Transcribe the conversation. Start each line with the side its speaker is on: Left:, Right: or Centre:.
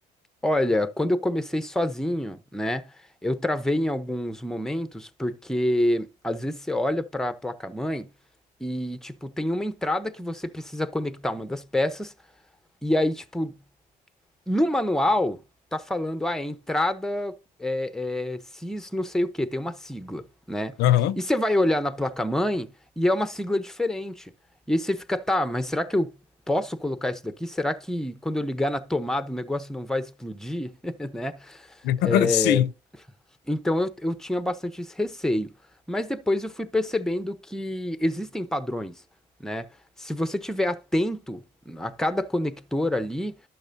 Centre: Olha, quando eu comecei sozinho, né, eu travei em alguns momentos, porque às vezes você olha para a placa-mãe e, tipo, tem uma entrada que você precisa conectar uma das peças. E aí, tipo, no manual tá falando, ah, é entrada é, é, CIS não sei o que tem uma sigla, né?
Left: Aham.
Centre: E você vai olhar na placa-mãe e é uma sigla diferente. E aí você fica, tá, mas será que eu posso colocar isso daqui? Será que quando eu ligar na tomada o negócio não vai explodir, <laughs> né?
Left: <laughs>
Centre: É,
Left: Sim,
Centre: então eu, eu tinha bastante esse receio. Mas depois eu fui percebendo que existem padrões, né? Se você tiver atento a cada conector ali,